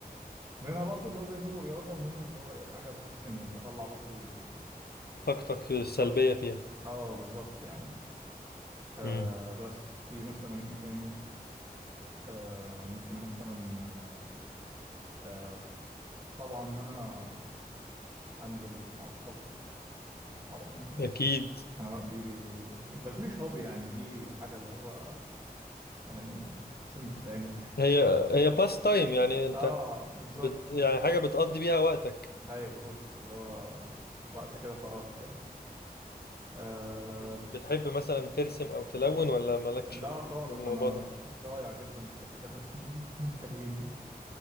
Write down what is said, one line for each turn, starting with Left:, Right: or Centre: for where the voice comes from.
Right: منها برضو اللي هو زي ما بيقولوا رياضه ومنها اللي هو ايه حاجه بحس ان بطلع برضو
Left: طاقتك السلبية
Right: طاقه
Left: فيها
Right: اه بالظبط يعني آه
Left: امم
Right: بس في مثلا ايه تاني آه، ممكن مثلا آه، آه، طبعا ان انا انزل مع اصحابي طبعا يعني
Left: اكيد
Right: آه، دي بس دي مش هوبي يعني دي حاجه اللي هو يعني لازم تتعمل <laughs>
Left: هي هي باس تايم يعني انت
Right: اه بالظبط
Left: بت... يعني حاجة بتقضي بيها وقتك
Right: ايوه بالظبط اللي هو وقت كده فراغك يعني آه
Left: مم. بتحب مثلا ترسم أو تلون ولا مالكش
Right: لا خالص
Left: في الموضوع
Right: انا
Left: ده؟
Right: ضايع جدا في حته الرسم والتلوين <laughs> دي